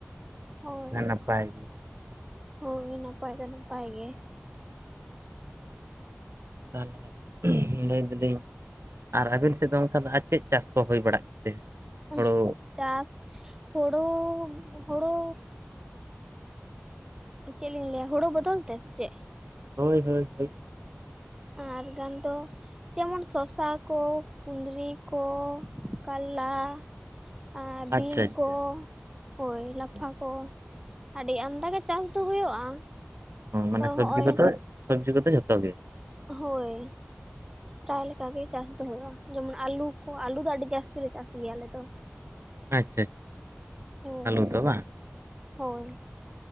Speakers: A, on the right; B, on the right.
A: ᱦᱳᱭ
B: <inaudible> ᱱᱟᱯᱟᱭ
A: ᱦᱳᱭ ᱱᱟᱯᱟᱭ ᱫᱚ ᱱᱟᱯᱟᱭ ᱜᱮ᱾
B: <unintelligible> ᱞᱟᱹᱭ ᱫᱟᱞᱤᱧ ᱟᱨ ᱟᱵᱤᱱ ᱥᱮᱫ ᱫᱚ ᱚᱱᱠᱟ ᱫᱚ ᱟᱨ ᱪᱮᱫ ᱪᱟᱥ ᱠᱚ ᱦᱩᱭ ᱵᱟᱲᱟᱜ ᱛᱮ? ᱦᱳᱲᱳ
A: ᱩᱸ ᱪᱟᱥ ᱦᱩᱲᱩ ᱦᱩᱲᱩ ᱪᱮᱫ ᱞᱤᱧ ᱞᱟᱹᱭᱟ, ᱦᱳᱲᱳ ᱵᱚᱫᱚᱞ ᱛᱮ ᱥᱮ ᱪᱮᱫ?
B: ᱦᱳᱭ ᱦᱳᱭ ᱦᱳᱭ᱾
A: ᱟᱨ ᱜᱟᱱ ᱫᱚ ᱡᱮᱢᱚᱱ ᱥᱚᱥᱟ ᱠᱚ ᱠᱩᱸᱫᱽᱨᱤ ᱠᱚ ᱠᱟᱞᱞᱟ ᱟ
B: ᱟᱪᱪᱷᱟ
A: ᱵᱤᱱ
B: ᱟᱪᱪᱷᱟ
A: ᱠᱚ, ᱦᱳᱭ
B: ᱟᱪᱪᱷᱟ
A: ᱞᱟᱯᱷᱟ ᱠᱚ ᱟᱹᱰᱤ ᱟᱱᱫᱟᱜᱮ ᱪᱟᱥ ᱛᱩ ᱦᱩᱭᱩᱜᱼᱟ?
B: ᱦᱚᱸ ᱢᱟᱱᱮ ᱥᱟᱹᱵᱽᱡᱤ
A: ᱦᱚᱜᱼᱚᱭ
B: ᱠᱚᱫᱚ, ᱥᱟᱹᱵᱽᱡᱤ ᱠᱚᱫᱚ ᱡᱷᱚᱛᱚ ᱜᱮ᱾
A: ᱦᱳᱭ᱾ ᱯᱨᱟᱭ ᱞᱮᱠᱟ ᱜᱮ ᱪᱟᱥ ᱫᱚ ᱦᱩᱭᱩᱜᱼᱟ, ᱡᱮᱢᱚᱱ ᱟᱞᱩ ᱠᱚ ᱟᱞᱩ ᱫᱚ ᱟᱹᱰᱤ ᱡᱟᱹᱥᱛᱤ ᱞᱮ ᱪᱟᱥ ᱜᱮᱭᱟ ᱟᱞᱮ ᱫᱚ᱾
B: ᱟᱪᱪᱷᱟ
A: ᱦᱳᱭ
B: ᱟᱞᱩ ᱫᱚ ᱵᱟᱝ?
A: ᱦᱳᱭ᱾